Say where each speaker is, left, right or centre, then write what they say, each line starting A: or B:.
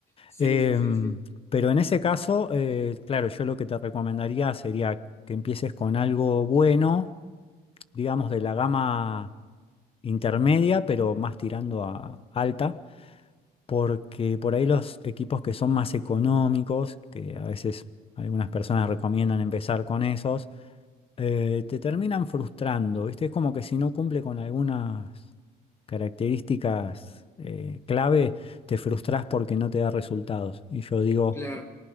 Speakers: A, on the left; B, on the left.
A: Sí,
B: Em,
A: sí, sí, sí.
B: pero en ese caso, eh, claro, yo lo que te recomendaría sería que empieces con algo bueno digamos, de la gama intermedia, pero más tirando a alta, porque por ahí los equipos que son más económicos, que a veces algunas personas recomiendan empezar con esos, eh, te terminan frustrando, ¿viste? Es como que si no cumple con algunas características eh, clave, te frustras porque no te da resultados. Y yo digo...
A: Claro.